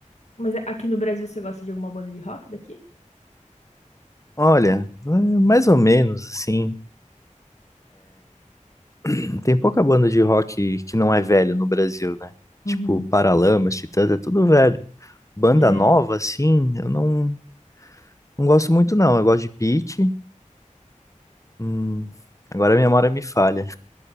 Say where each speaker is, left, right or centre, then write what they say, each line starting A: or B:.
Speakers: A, on the left; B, on the left.
A: Mas aqui no Brasil você gosta de alguma banda de rock daqui?
B: Olha, é mais ou menos assim. <clears throat> Tem pouca banda de rock que não é velha no Brasil, né? Tipo,
A: Uhum.
B: Paralamas, Titãs, é tudo velho. Banda
A: É.
B: nova, assim, eu não, não gosto muito, não. Eu gosto de Pitty. Hum, agora a memória me falha.